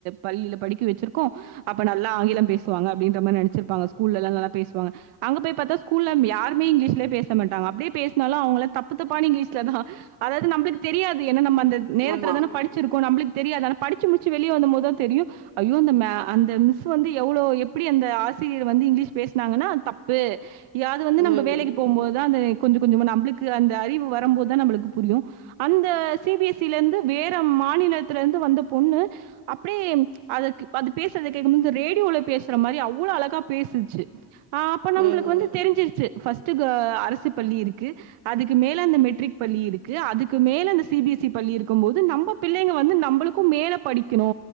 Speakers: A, on the right; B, on the right.
A: பள்ளில படிக்க வச்சிருக்கோ அப்ப நல்லா ஆங்கிலம் பேசுவாங்க அப்டின்ற மாரி நெனச்சிருப்பாங்க ஸ்கூல்லல்லா நல்லா பேசுவாங்க அங்க போய் பாத்தா ஸ்கூல்ல யாருமே இங்கிலீஷ்லயே பேச மாட்டாங்க அப்டியே பேசுனாலு அவுங்கல்லா தப்பு தப்பான இங்கிலீஷ்லதா அதாது நம்பளுக்கு தெரியாது ஏன்னா நம்ம அந்த நேரத்துல
B: ஆமா
A: தான படிச் சிருக்கோ நம்பளுக்கு தெரியாது ஆனா படிச்சி முடிச்சி வெளிய வந்த போதுதா தெரியு ஐயோ அந்த மே அந்த மிஸ் வந்து எவ்ளோ எப்டி அந்த ஆசிரியர் வந்து இங்கிலீஷ் பேசுனாங்கன்னா அது தப்பு இதாது வந்து
B: ம்
A: நம்ம வேலைக்கி போம்போதுதா அந்த கொஞ்ச கொஞ்சமா நம்பளுக்கு அந்த அறிவு வரம்போதுதா நம்பளுக்கு புரியு அந்த சி பி எஸ் சில இருந்து வேற மாநிலத்துல இருந்து வந்த பொண்ணு அப்டியே அதுக்கு அது பேசுறத கேக்கும்போது ரேடியோல பேசுற மாரி அவ்ளோ அழகா பேசுச்சி ஆ அப்ப நம்பளுக்கு
B: ம் ம்
A: வந்து தெரிஞ்சிருச்சி ஃபஸ் ட் இந்த அரசு பள்ளி இருக்கு அதுக்கு மேல அந்த மெட்ரிக் பள்ளி இருக் கு அதுக்கு மேல அந்த சி பி எஸ் சி பள்ளி இருக்கும் போது நம்ம பிள்ளைங்க வந்து நம்பளுக்கும் மேல படிக்கணு